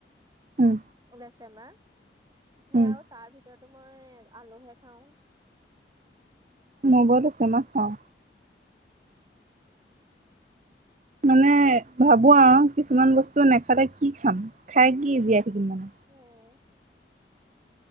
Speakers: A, on the right; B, on the right.
A: উম
B: ওলাইছে মা সেয়াও
A: উম
B: তাৰ ভিতৰতো মই আলুহে খাওঁ।
A: ম'বলু ছেমাহ খাওঁ। মানে ভাবো আৰু কিছুমান বস্তু নেখালে কি খাম, খাই কি জীয়াই থাকিম মানে?
B: উম'